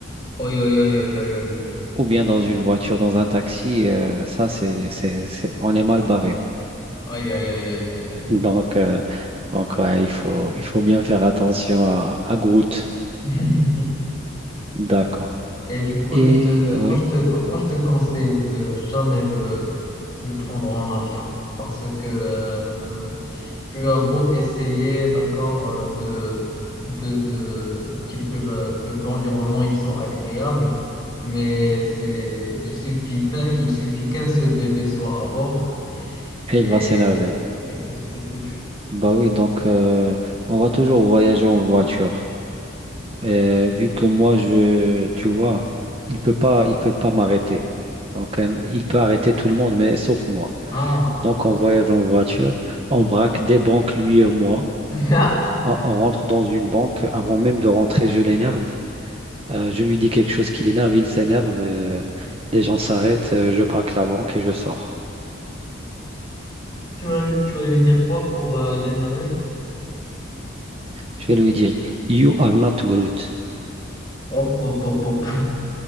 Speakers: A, on the left; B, on the right.
A: Oi, oi, oi, oi, oi, oi, oi.
B: ou bien dans une voiture, dans un taxi, euh, ça, c'est, c'est, c'est- on est mal barré.
A: Aïe, aïe, aïe, aïe, aïe,
B: Donc, euh, donc ouais, il faut, il faut bien faire attention à, à Groot.
A: aïe. <laughs>
B: D'accord.
A: Et du coup,
B: Et
A: je te,
B: oui,
A: moi, je te, moi, je te conseille de jamais le, de le prendre en avion parce que euh, tu as beau essayer, d'accord, euh, de, de, de, qu'il- que le- que l'environnement il soit agréable, mais c'est, il suffit d'un, il suffit qu'un seul bébé soit à bord
B: et il
A: et,
B: va s'énerver.
A: et c'est c'est foutu.
B: Bah oui, donc euh, on va toujours voyager en voiture. Euh, vu que moi, je, tu vois, il peut pas, il peut pas m'arrêter. Donc, euh, il peut arrêter tout le monde, mais sauf moi.
A: Ah,
B: Donc,
A: ok.
B: on voyage en voiture, on braque des banques, lui et moi.
A: <laughs>
B: On, on rentre dans une banque. Avant même de rentrer, je l'énerve. Euh, je lui dis quelque chose qui l'énerve, il s'énerve. euh, les gens s'arrêtent, euh, je braque la banque et je sors.
A: Tu vas, lui tu vas lui dire quoi pour euh, l'énerver?
B: Je vais lui dire, You are not Groot.
A: Hop, hop, hop, hop.